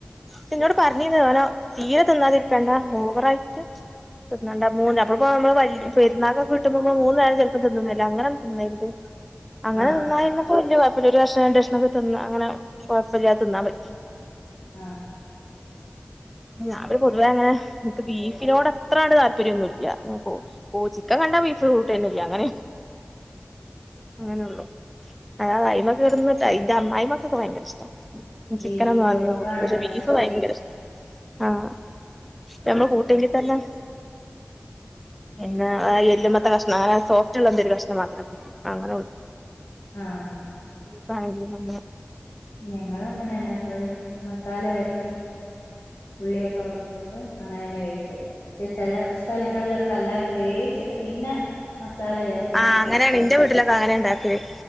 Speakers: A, in the centre; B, on the left.
A: പിന്നോട് പറഞ്ഞീന്ന് ഓനോ തീരെ തിന്നാതിരിക്കണ്ട ഓവറയിട്ട്. ണ്ട മൂന്ന് അപ്പൊപ്പോ നമ്മൾ പെന്നാളൊക്കെ വിട്ട്പോ. മ്മ മൂന്ന നേരം ചിലപ്പോ തിന്നുന്നില്ല അങ്ങന തിന്നരുത് അങ്ങനെ
B: ആഹ്
A: തിന്നായിരുന്നപ്പോ.
B: ആഹ്
A: അ ഒരു കഷണം രണ്ട്ക്ഷണമോക്കെ തിന്ന് അങ്ങനെ കുഴപ്പമില്ലാതേന്നാൻ പറ്റും.
B: ആഹ്
A: ആ. ഞാൻ പിന്നെ പൊതുവേ അങ്ങനെ നിക്ക് ബീഫിനോട് അത്രണ്ട് താല്പര്യമൊന്നുമില്ല കോ ഓ ചിക്കൻ കണ്ടാ ബീഫ് കൂട്ടുകയോ ഒന്നുമല്ലയ്യ തന്നല്ലേ അങ്ങനെ അങ്ങനെയള്ളു. അതത് അ്മക്കെ ഇടന്നിട്ട് അന്റെ അ്മായി്മക്കെയങ്കര ഇഷ്ടം. ചിക്കനൊന്നും
B: ബീഫ് കൊഴുപ്പാണല്ലോ
A: ആധമം കട്ട പക്ഷെ ബീഫ്
B: അല്ലേ
A: ഭയങ്കര ഇഷ. ആഹ നമ്മള് കൂട്ടന്റെ തല്ലാം. പിന്നെ എല്മ. കഷ്ണം സോഫ്ുള്ളെരു കഷ്ണം മാത്രക്ക അങ്ങനെള്ള.
B: ആഹ്
A: പറ. <unintelligible>
B: ഞങ്ങളുഴഅങ്ങനെന്നപ്പോള് മസാല വരട്ടി ഉള്ളിയൊക്കെ മുച്ചിട്ട് അങ്ങനെ തന്നെ വേവിക്കല പക്ഷെ ചില സ്ഥലങ്ങളിലൊക്കെ അല്ലാതെ വേവിച്ചിട്ട് പിന്നെ മസാല ചേർക്കും.
A: ആഹ് അങ്ങനെണ് എന്റെ വീട്ടിലൊക്കെ അങ്ങനെ ഉണ്ടാക്കിയത്